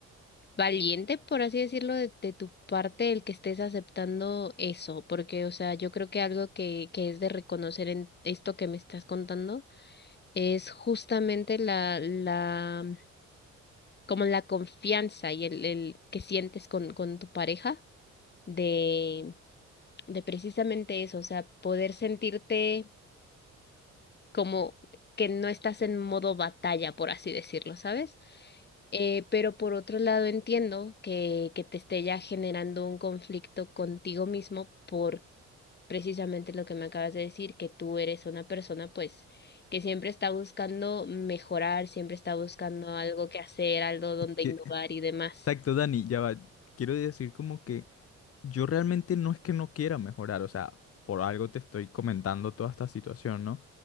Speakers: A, on the left; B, on the left.
A: valiente, por así decirlo, de, de tu parte el que estés aceptando eso, porque, o sea, yo creo que algo que, que es de reconocer en esto que me estás contando es justamente la, la como la confianza y el, el que sientes con, con tu pareja de, de precisamente eso, o sea, poder sentirte como que no estás en modo batalla, por así decirlo, ¿sabes? Eh, pero por otro lado entiendo que, que te esté ya generando un conflicto contigo mismo por precisamente lo que me acabas de decir, que tú eres una persona pues que siempre está buscando mejorar, siempre está buscando algo que hacer, algo donde
B: Que,
A: innovar y demás.
B: exacto, Dani, ya va. Quiero decir como que yo realmente no es que no quiera mejorar, o sea, por algo te estoy comentando toda esta situación, ¿no?